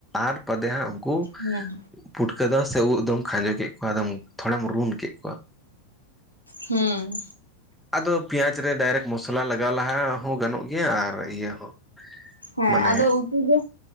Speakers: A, in the centre; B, on the left.
A: ᱟᱨ ᱵᱟᱫᱮ ᱦᱟᱸᱜ ᱩᱱᱠᱩ,
B: ᱦᱩᱸ
A: ᱯᱩᱴᱠᱟᱹ ᱫᱚ ᱥᱮ ᱩᱫ ᱫᱚᱢ ᱠᱷᱟᱸᱡᱚ ᱠᱮᱫ ᱠᱚᱣᱟ ᱟᱫᱚᱢ ᱛᱷᱚᱲᱟᱢ ᱨᱩᱱ ᱠᱮᱫ ᱠᱚᱣᱟ,
B: ᱦᱩᱸ
A: ᱟᱫᱚ ᱯᱮᱸᱭᱟᱡ ᱨᱮ ᱰᱟᱭᱨᱮᱠᱴ ᱢᱚᱥᱞᱟ ᱞᱟᱜᱟᱣ ᱞᱟᱦᱟ ᱦᱚᱸ ᱜᱟᱱᱚᱜ ᱜᱮᱭᱟ ᱟᱨ ᱤᱭᱟᱹ ᱦᱚᱸ
B: ᱦᱮᱸ
A: ᱢᱟᱱᱮ
B: ᱟᱫᱚ ᱩᱛᱩ ᱫᱚ,